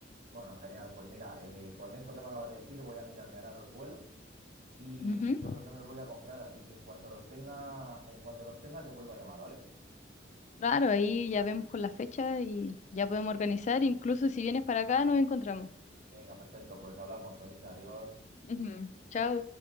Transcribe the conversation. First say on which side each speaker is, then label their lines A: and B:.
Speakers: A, on the right; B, on the left.
A: Bueno, genial. Pues mira, eh, con esto que me acabas de decir, voy a mirarme ahora los vuelos y
B: Ujú.
A: yo creo que me los voy a comprar, así que en cuanto los tenga, en cuanto los tenga, te vuelvo a llamar, ¿vale?
B: Claro, ahí ya vemos con la fecha y ya podemos organizar, incluso si vienes para acá nos encontramos.
A: Venga, perfecto, pues hablamos, se me dice adiós.
B: Ujú. Chao.